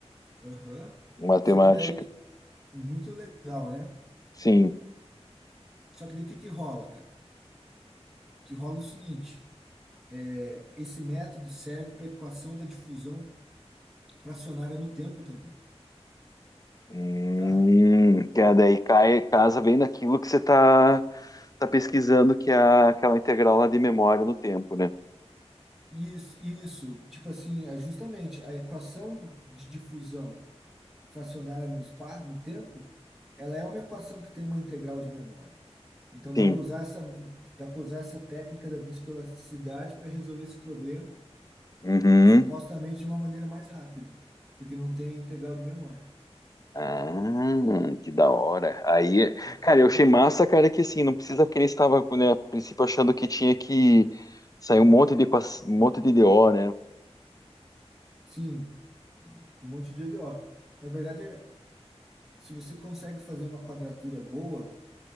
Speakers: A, in the centre; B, on the left (about 35°).
A: Aham.
B: Matemática.
A: Só que daí, muito legal, né?
B: Sim.
A: Só que daí o que que rola, cara? Que rola é o seguinte, é, esse método serve para equação da difusão fracionária no tempo também,
B: Hum,
A: tá?
B: que é daí cai, casa bem naquilo que você está tá tá pesquisando, que é a- aquela integral lá de memória no tempo, né?
A: Isso, isso, tipo assim, é justamente a equação de difusão fracionária no espaço, no tempo, ela é uma equação que tem uma integral de memória. Então dá
B: Sim.
A: para usar essa, dá para usar essa técnica da viscoelasticidade para resolver esse problema,
B: Uhum.
A: supostamente de uma maneira mais rápida, porque não tem a integral de memória,
B: Ah,
A: entendeu?
B: que da hora. Aí,
A: Aham.
B: cara, eu achei massa, cara, que assim, não precisa, porque ele estava, né, a princípio achando que tinha que sair um monte de, equa- um monte de DO, né?
A: Sim, um monte de LO. Na verdade, é- se você consegue fazer uma quadratura boa,